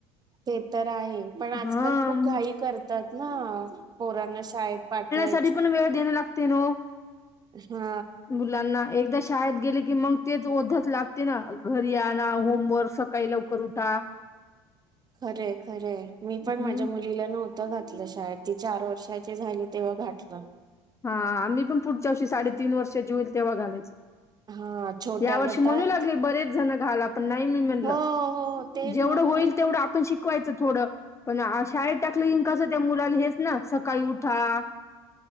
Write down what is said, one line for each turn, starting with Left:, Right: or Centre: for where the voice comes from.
Right: ते तर आहे पण आजकाल
Left: हा
Right: खूप
Left: मग
Right: घाई करतात ना पोरांना शाळेत पाठवाय
Left: तरी पण वेळ देण लागते ना ओ
Right: अशना
Left: मुलांना एकदा शाळेत गेले की मंग ते च ओझच लागते ना, घरी आणा, होमवर्क सकाळी लवकर उठा.
Right: खरय खरय मी पण
Left: हम्म
Right: माझ्या मुलीला नव्ह त घातलं शाळेत ती चार वर्षाची झाली तेव्हा घाटलं.
Left: हा मी पण पुढच्या वषी साडेतीन वर्षाची होईल तेव्हा घालायच.
Right: हा छोट्या
Left: या वर्षी
Right: गटात
Left: म्हणू लागले बरेच जण घाला पण नाही मी म्हणलं,
Right: हो हो तेच
Left: जेवढं
Right: म्हणूनच
Left: होईल तेवढं आपण शिक कवायचं थोडं, पण आ शाळेत टाकलं इन कसं त्या मुलाला हेच ना, सकाळी उठा <inaudible>